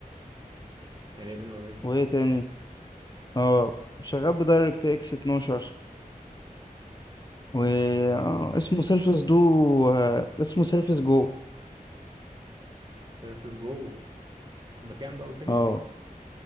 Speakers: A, on the right; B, on the left.
A: 11 اوريجينال
B: وايه تاني اه شغال بدايركت اكس 12 و آه، اسمه سيرفس دو آه، اسمه سيرفس جو
A: سيرفس جو بكام ده قلت لي
B: اه